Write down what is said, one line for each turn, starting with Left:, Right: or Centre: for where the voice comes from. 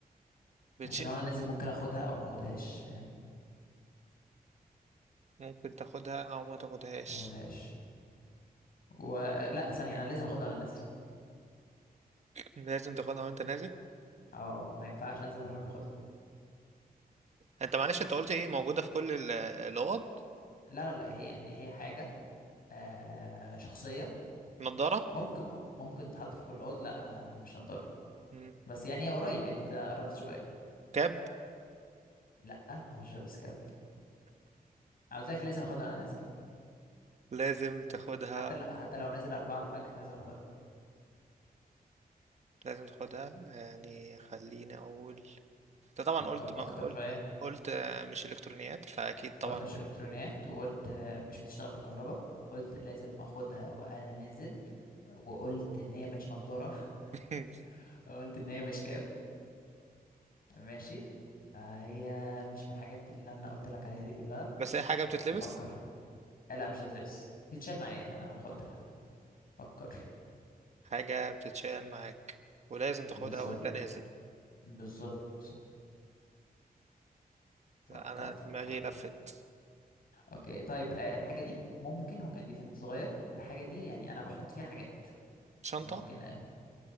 Right: بتشيل
Left: عشان وانا نازل ممكن اخدها او ما اخدهاش فاهم
Right: ممكن تاخدها او ما تاخدهاش
Left: ما اخدهاش ولا ثانية أنا لازم أخدها وأنا نازل
Right: لازم تاخدها وانت نازل
Left: اه ما ينفعش أنزل من غير ما أخدها
Right: انت معلش انت قلت ايه موجودة في كل ال- الاوض
Left: لا لا لا هي يعني هي حاجة آه شخصية
Right: نضارة
Left: ممكن ممكن تتحط في كل أوض لا آه مش هنطرها
Right: مم.
Left: بس يعني هي قريب يعني أنت قربت شوية
Right: كاب
Left: لا هنشر سكاب أنا قلت لك لازم أخدها وأنا نازل
Right: لازم تاخدها
Left: حتى لا حتى لو نازل أربعة الفجر لازم أخدها
Right: لازم تاخدها يعني خليني اقول انت طبعا
Left: فكر
Right: قلت ما
Left: أكتر
Right: قلت
Left: شوية
Right: قلت آه، مش الكترونيات فاكيد طبعا
Left: قلت مش إلكترونيات وقلت آه، مش بتشتغل بالكهرباء قلت لازم أخدها وأنا نازل وقلت إن هي مش نضارة <laughs>
Right: <laughs>
Left: قلت إن هي مش كاب ماشي فهي مش من الحاجات اللي انا قلت لك عليها دي كلها
Right: بس هي حاجة بتتلبس
Left: افكر آه، لا مش هتتلبس تتشال معايا يعني انا باخدها افكر
Right: حاجة بتتشال معاك ولازم تاخدها
Left: بالظبط
Right: وانت نازل
Left: بالظبط فكر
Right: لا، انا
Left: فكر
Right: دماغي لفت
Left: اوكي طيب آه، الحاجه دي ممكن ممكن دي كانت صغير الحاجه دي يعني انا بحط فيها حاجات
Right: شنطة
Left: يعني ممكن آه،